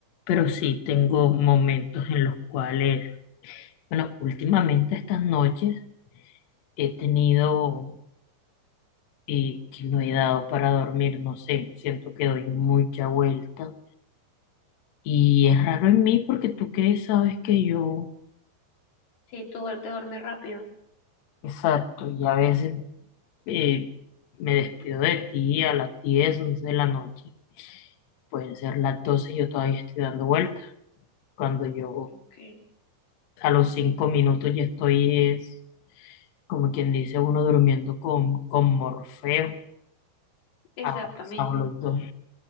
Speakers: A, on the left; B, on the left.
A: Pero sí tengo momentos en los cuales, bueno, últimamente estas noches he tenido eh, que no he dado para dormir, no sé, siento que doy mucha vuelta Y es raro en mí porque tú que sabes que yo,
B: Sí, tú duer- te duermes rápido.
A: exacto, y a veces eh, me despido de ti a las 10 11 de la noche, pueden ser las 12 y yo todavía estoy dando vueltas, cuando yo
B: Ok,
A: a los 5 minutos ya estoy, es como quien dice uno durmiendo con, con Morfeo,
B: exactamente.
A: abrazados los dos.